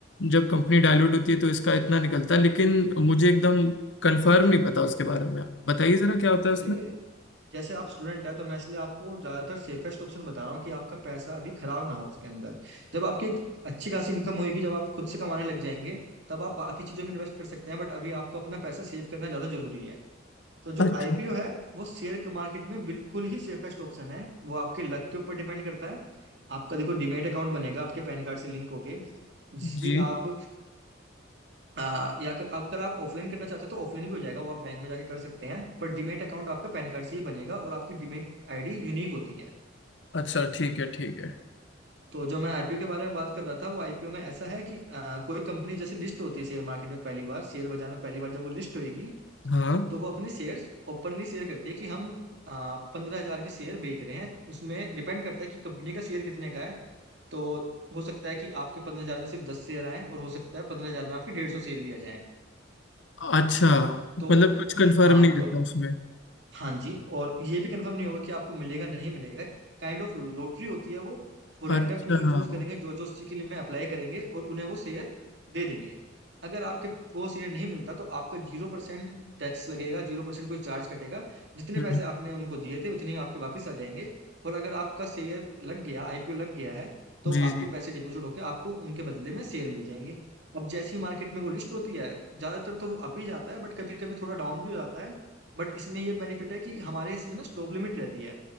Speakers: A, on the left (about 70°); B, on the right (about 65°).
A: जब कंपनी डायल्यूट होती है तो इसका इतना निकलता है लेकिन मुझे एकदम कंफर्म नहीं पता उसके बारे में आप बताइए जरा क्या होता है उसमें
B: देखिए जैसे आप स्टूडेंट है तो मैं इसलिए आपको ज्यादातर सेफेस्ट ऑप्शन बता रहा हूँ कि आपका पैसा अभी खराब ना हो उसके अंदर जब आपकी एक अच्छी खासी इनकम होगी जब आप खुद से कमाने लग जाएंगे तब आप बाकी चीजों में इन्वेस्ट कर सकते हैं बट अभी आपको अपना पैसा सेव करना ज्यादा जरूरी है तो जो
A: अच्छा
B: आईपीओ है वो शेयर मार्केट में बिल्कुल ही सेफेस्ट ऑप्शन है वो आपके लक के ऊपर डिपेंड करता है आपका देखो डीमेट अकाउंट बनेगा आपके पैन कार्ड से लिंक होके जिस भी
A: जी
B: आप हाँ या अगर अगर आप ऑफलाइन करना चाहते हो तो ऑफलाइन भी हो जाएगा वो आप बैंक में जाके कर सकते हैं पर डीमैट अकाउंट आपका पैन कार्ड से ही बनेगा और आपकी डीमैट आईडी यूनिक होती है
A: अच्छा ठीक है ठीक है
B: तो जो मैं आईपीओ के बारे में बात कर रहा था वो आईपीओ में ऐसा है कि अ, कोई कंपनी जैसे लिस्ट होती है शेयर मार्केट में पहली बार शेयर बाजार में पहली बार जब वो लिस्ट होगी
A: हाँ
B: तो वो अपने शेयर ओपनली शेयर करती है कि हम पंद्रह हजार के शेयर बेच रहे हैं उसमें डिपेंड करता है कि कंपनी का शेयर कितने का है तो हो सकता है कि आपके पंद्रह हजार में सिर्फ दस शेयर आए और हो सकता है पंद्रह हजार में आपके डेढ़ सौ शेयर भी आ जाए
A: अच्छा
B: तो
A: मतलब कुछ कंफर्म
B: हाँ
A: नहीं
B: तो
A: रहता उसमें
B: हाँ जी और ये भी कंफर्म नहीं होगा कि आपको मिलेगा नहीं मिलेगा काइंड ऑफ लॉटरी होती है वो वो रैंडम
A: अच्छा
B: पीपल
A: हाँ
B: चूज करेंगे जो जो उसी के लिए में अप्लाई करेंगे और उन्हें वो शेयर दे देंगे अगर आपके को शेयर नहीं मिलता तो आपका जीरो परसेंट टैक्स लगेगा जीरो परसेंट कोई चार्ज कटेगा जितने
A: हम्म,
B: पैसे आपने उनको दिए थे उतने ही आपके वापस आ जाएंगे और अगर आपका शेयर लग गया आईपीओ लग गया है तो
A: जी
B: आपके
A: जी
B: पैसे डिपोजिट होकर आपको उनके बदले में शेयर मिल जाएंगे अब जैसी मार्केट में वो लिस्ट होती है ज्यादातर तो वो अप ही जाता है बट कभी कभी थोड़ा डाउन भी हो जाता है बट इसमें ये बेनिफिट है कि हमारे इसमें ना स्टॉप लिमिट रहती है